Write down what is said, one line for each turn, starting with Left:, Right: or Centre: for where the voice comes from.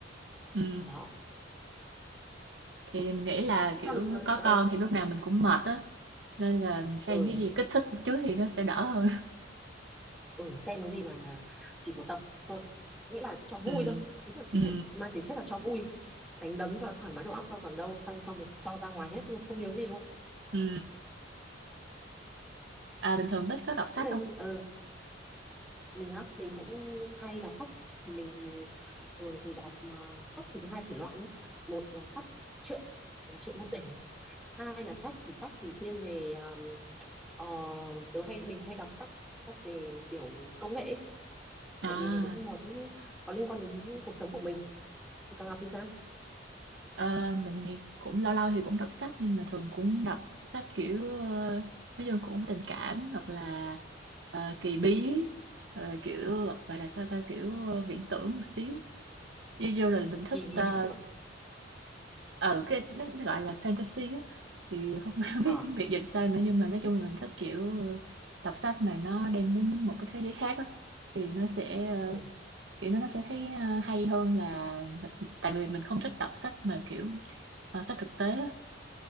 Right: ừ.
Centre: đó
Right: Thì mình nghĩ là
Centre: thế
Right: kiểu
Centre: còn
Right: có
Centre: ờ
Right: con thì lúc nào mình cũng mệt á, nên là xem
Centre: ừ,
Right: cái gì kích thích một chút thì nó sẽ đỡ hơn. <laughs>
Centre: ừ, xem cái gì mà chỉ một tập thôi nghĩa là cho vui
Right: Ừ,
Centre: thôi đúng là chỉ
Right: ừ,
Centre: phải mang tính chất là cho vui đánh đấm cho nó thoải mái đầu óc thôi còn đâu xem xong thì cho ra ngoài hết luôn không nhớ gì luôn
Right: ừ. À, bình thường Bích có đọc
Centre: thế
Right: sách
Centre: giờ
Right: không?
Centre: ừ, mình á mình cũng hay đọc sách thì mình thường thì đọc ờ, sách thì thứ hai thể loại nhé một là sách truyện là truyện ngôn tình hai là sách thì sách thì thiên về ờ, ờ, tớ hay mình hay đọc sách sách về kiểu công nghệ ấy.
Right: À,
Centre: tại vì mình cũng muốn có liên quan đến cuộc sống của mình thì còn Ngọc thì sao
Right: ờ, mình thì cũng lâu lâu thì cũng đọc sách nhưng mà thường cũng đọc sách kiểu ờ, nói chung cũng tình cảm hoặc là ờ, kỳ bí hoặc là kiểu gọi là sao ta kiểu ờ, viễn tưởng một xíu. Ví dụ là mình thích
Centre: kỳ bí
Right: ờ,
Centre: viễn tưởng
Right: ờ cái nó, nó gọi là fantasy á thì không, <laughs>
Centre: ờ
Right: biết tiếng Việt dịch sao nữa nhưng mà nói chung là mình thích kiểu ờ, đọc sách mà nó đem đến một cái thế giới khác á thì nó sẽ ờ,
Centre: ừ
Right: kiểu nó nó sẽ thấy ờ, hay hơn là tại vì mình không thích đọc sách mà kiểu ờ, sách thực tế á